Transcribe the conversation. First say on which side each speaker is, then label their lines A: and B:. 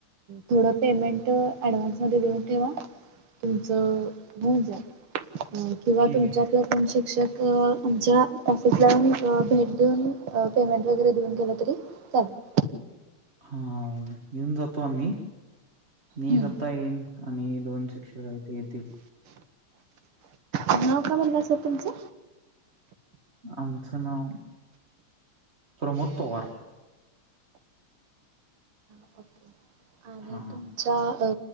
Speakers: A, on the right; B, on the right.
A: थोडं पेमेंट ऍडव्हान्स मध्ये घेऊन ठेवा तुमचं होऊन जातय अ किंवा
B: ठीक
A: तुमच्या
B: आहे.
A: आपल्या पण शिक्षक आमच्या ऑफिसला येऊन अ भेट देऊन अ पेमेंट वगैरे देऊन गेलं तरी चालतय.
B: हा येऊन जातो आम्ही. मी
A: हम्म.
B: स्वतः येईन आणि दोन शिक्षक आहेत ते येतील.
A: अडनाव काय म्हणलासा तुमचं?
B: आमचं नाव प्रमोद पवार.
A: <inaudible> आणि
B: हा
A: तुमच्या अ